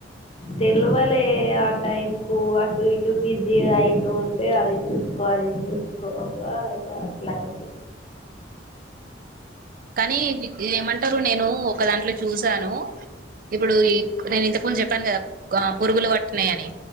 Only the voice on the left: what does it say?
తెలువలే ఆ టైం కు అటు ఇటు బిజీ అయితూ ఉండే అది చూసుకో అది చూసుకోగా ఇది అట్లా అయింది